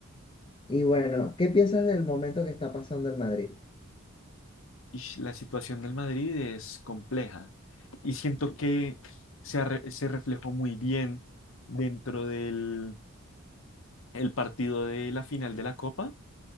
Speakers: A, on the left; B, on the left.
A: Y bueno, ¿qué piensas del momento que está pasando el Madrid?
B: Y la situación del Madrid es compleja y siento que se, arre- se reflejó muy bien dentro del el partido de la final de la Copa